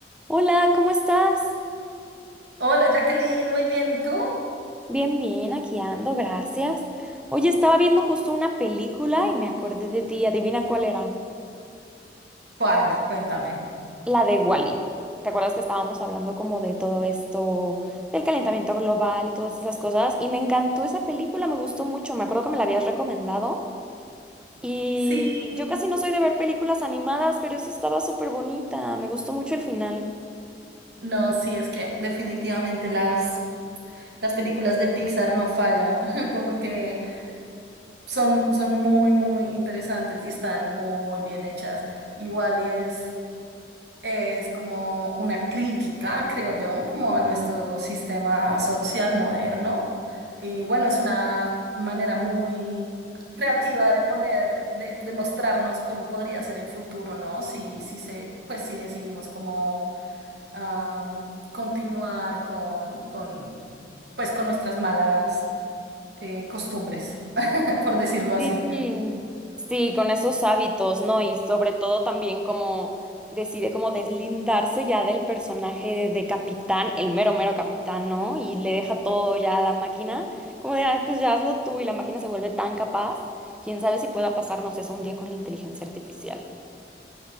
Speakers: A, in the centre; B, on the right (about 65°).
A: Hola, ¿cómo estás?
B: Hola Jacqueline, muy bien. ¿Y tú?
A: Bien, bien, aquí ando, gracias. Oye, estaba viendo justo una película y me acordé de ti. Adivina cuál era.
B: ¿Cuál? Cuéntame.
A: La de Wally. ¿Te acuerdas que estábamos hablando como de todo esto, del calentamiento global y todas esas cosas? Y me encantó esa película, me gustó mucho. Me acuerdo que me la habías recomendado. Y
B: Sí,
A: yo casi no soy de ver películas animadas, pero esa estaba súper bonita. Me gustó mucho el final.
B: no, sí, es que definitivamente las, las películas de Pixar no fallan, <laughs> como que son, son muy, muy interesantes y están muy bien hechas. Igual y es es como una crítica, creo yo, como a nuestro sistema social moderno. Y bueno, es una manera muy creativa de poner, de, de mostrarnos cómo podría ser el futuro, ¿no? Si, si se, pues si decidimos como am, continuar con, con, pues con nuestras malas eh, costumbres, <laughs> por decirlo así.
A: Sí, sí, con esos hábitos, ¿no? Y sobre todo también como decide como deslindarse ya del personaje de capitán, el mero mero capitán, ¿no? Y le deja todo ya a la máquina, como de, "Ah, pues ya hazlo tú y la máquina se vuelve tan capaz, quién sabe si pueda pasarnos eso un día con la inteligencia artificial.